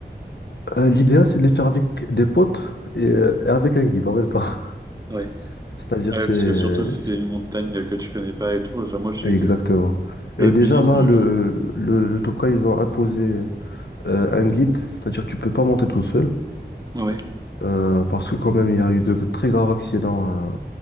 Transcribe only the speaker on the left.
Euh, l'idéal, c'est de les faire avec des potes et, euh, et avec un guide en même temps.
<laughs> C'est-à-dire,
c'est,
euh,
c'est-
exactement.
Et
déjà là,
le, le, le Toubkal, ils ont imposé euh, un guide, c'est-à-dire tu peux pas monter tout seul.
Euh, parce que quand même, il y a eu de très graves accidents euh,